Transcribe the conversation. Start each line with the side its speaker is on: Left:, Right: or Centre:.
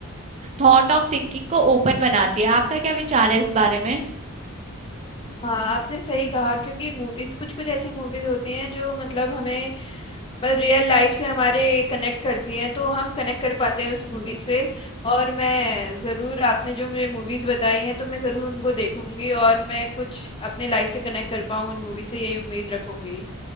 Right: थॉट ऑफ थिंकिंग को ओपन बनाती है आपका क्या विचार
Left: हाँ
Right: है इस बारे में
Left: हाँ आपने सही कहा क्योंकि मूवीज कुछ कुछ ऐसी मूवीज होती हैं जो मतलब हमें मतलब रियल लाइफ से हमारे कनेक्ट करती हैं तो हम कनेक्ट कर पाते हैं उस मूवी से और मैं ज़रूर आपने जो मुझे मूवीज़ बताई हैं तो मैं ज़रूर उनको देखूंगी और मैं कुछ अपने लाइफ से कनेक्ट कर पाऊँ उन मूवी से यही उम्मीद रखूंगी